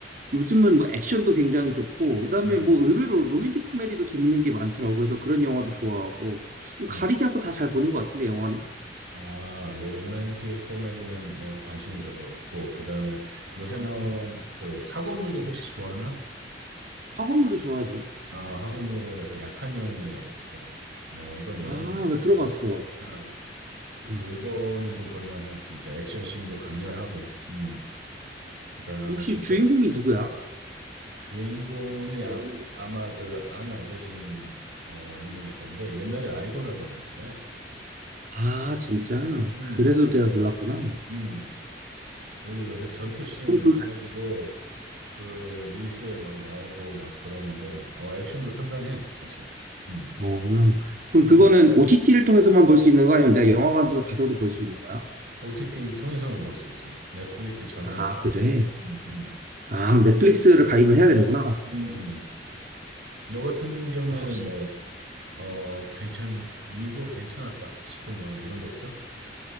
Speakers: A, on the right; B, on the right.
A: 요즘은 뭐 액션도 굉장히 좋고, 그다음에
B: 음.
A: 뭐 의외로 로맨틱 코미디도 재밌는 게 많더라고. 그래서 그런 영화도 좋아하고, 좀
B: 어.
A: 가리지 않고 다 잘 보는 것 같은데, 영화는.
B: 아, 로맨틱 코미디는 내가 관심이 별로 없고, 그 다음에 요새
A: 음,
B: 나온 그 학원물도 혹시 좋아하나?
A: 학원물도 좋아하지.
B: 어, 학원물에서 약한 영웅이라고 있어. 뭐, 이건 영화는
A: 아,
B: 아닌데,
A: 나 들어봤어.
B: 어, 그거는
A: 음.
B: 좀 볼만해. 진짜 액션 씬도 강렬하고, 음. 그 다음에
A: 혹시
B: 진짜
A: 주인공이 누구야?
B: 주인공이
A: 주인공.
B: 아, 아마 그 안 알려진 어, 인물일 텐데 옛날에 아이돌 하던 애래.
A: 아, 진짜?
B: 음,
A: 그래서
B: 음,
A: 내가 몰랐구나.
B: 음. 그리고 요새 전투씬
A: 그럼 그, 어,
B: 해가지고 그 릴스에 막 나오고 막 그러는데 어 액션도 상당해 사실. 음,
A: 어, 음. 그럼 그거는
B: 음.
A: OTT를 통해서만 볼 수 있는 거 아니면 내가 영화관에서 가서도 볼 수 있는 거야?
B: OTT 통해서만 볼 수 있어. 넷플릭스 전용일
A: 아,
B: 거야.
A: 그래.
B: 음, 음,
A: 아, 넷플릭스를 가입을 해야 되는구나.
B: 음, 음. 너 같은 경우에는
A: 아, 확실히.
B: 뭐 어 괜찮 이거 괜찮았다 싶은 영화 이런 거 있어?